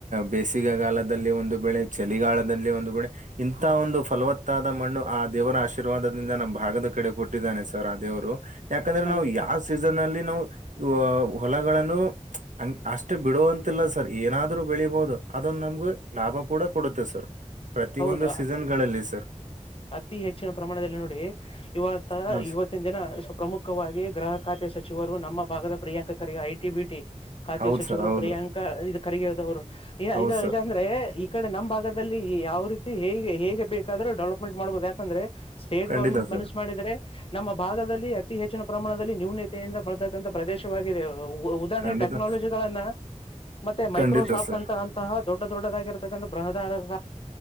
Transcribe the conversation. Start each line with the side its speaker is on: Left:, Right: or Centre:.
Right: ಬೇಸಿಗೆಗಾಲದಲ್ಲಿ ಒಂದು ಬೆಳೆ ಚಳಿಗಾಲದಲ್ಲಿ ಒಂದು ಬೆಳೆ ಇಂತ ಒಂದು ಫಲವತ್ತಾದ ಮಣ್ಣು ಆ ದೇವರ ಆಶೀರ್ವಾದದಿಂದ ನಮ್ಮ ಭಾಗದ ಕಡೆ ಕೊಟ್ಟಿದ್ದಾನೆ ಸರ್ ಆ ದೇವರು ಯಾಕಂದ್ರೆ
Left: ಖಂಡಿತ
Right: ನಾವು ಯಾವ ಸೀಸನ್ ಅಲ್ಲಿ ನಾವು ಹೊಲಗಳನ್ನು ಅಷ್ಟ್ ಬಿಡುವಂತಿಲ್ಲ ಸರ್ ಏನಾದ್ರು ಬೆಳಿಬೋದು ಅದು ನಮ್ಗು ಲಾಭ ಕೂಡ ಕೊಡುತ್ತೆ ಸರ್ ಪ್ರತಿ
Left: ಹೌದು
Right: ಒಂದು ಸೀಸನ್ ಗಳಲ್ಲಿ ಸರ್
Left: ಅತಿ ಹೆಚ್ಚಿನ ಪ್ರಮಾಣದಲ್ಲಿ ನೋಡಿ ಇವಾಗ
Right: ಹ
Left: ಇವತ್ತಿನ ದಿನ ಪ್ರಮುಖವಾಗಿ ಗ್ರಾಹಕ ಖಾತೆ ಸಚಿವರು ನಮ್ಮ ಭಾಗದ ಪ್ರಿಯಾಂಕ ಖರ್ಗೆ ಐಟಿ ಬಿಟಿ ಖಾತೆ
Right: ಹೌದ್
Left: ಸಚಿವರು
Right: ಸರ್ ಹೌದು
Left: ಪ್ರಿಯಾಂಕಾ ಖರ್ಗೆಯವರು
Right: ಹೌದ್
Left: ಇದು
Right: ಸರ್
Left: ಇದಂದ್ರೆ ಈ ಕಡೆ ನಮ್ಮ್ ಭಾಗದಲ್ಲಿ ಈ ಯಾವ ರೀತಿ ಹೇಗೆ ಹೇಗೆ ಬೇಕಾದ್ರೆ ಡೆವಲಪ್ಮೆಂಟ್ ಮಾಡ್ಬಹುದು ಯಾಕಂದ್ರೆ ಸ್ಟೇಟ್
Right: ಖಂಡಿತ
Left: ಗೌರ್ಮೆಂಟ್
Right: ಸರ್
Left: ಮನಸ್ಸು ಮಾಡಿದ್ರೆ ನಮ್ಮ ಭಾಗದಲ್ಲಿ ಅತಿ ಹೆಚ್ಚಿನ ಪ್ರಮಾಣದಲ್ಲಿ ನ್ಯೂನಯತೆಯಿಂದ ಬಳತಕ್ಕಂಥ ಪ್ರದೇಶವಾಗಿದೆ ಉದಾಹರಣೆ
Right: ಖಂಡಿತ
Left: ಟೆಕ್ನಾಲಜಿಗಳನ್ನ ಮತ್ತೆ ಮೈಕ್ರೋಸಾಫ್ಟ್
Right: ಖಂಡಿತ ಸರ್
Left: ಅಂತ ಅಂತಹ ದೊಡ್ಡ ದೊಡ್ಡದಾಗಿರತಕ್ಕಂಥ <unintelligible>